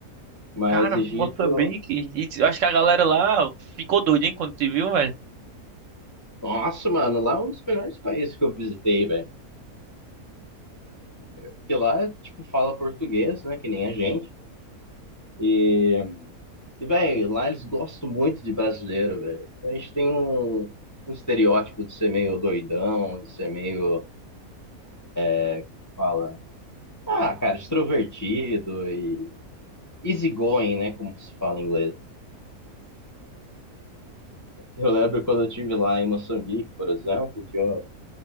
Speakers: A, on the left; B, on the right.
A: Mas
B: Cara,
A: Egito,
B: Moçambique, e eu acho que a galera lá ficou doida, hein, quando te viu, velho.
A: nossa, mano, lá é um dos melhores países que eu visitei, velho. Porque lá, tipo, fala português, né? Que nem a gente. E, e velho, lá eles gostam muito de brasileiro, velho. A gente tem um, um estereótipo de ser meio doidão, de ser meio é, como fala? Ah, cara, extrovertido e easygoing, né? Como se fala em inglês. Eu lembro quando eu tive lá em Moçambique, por exemplo, que eu,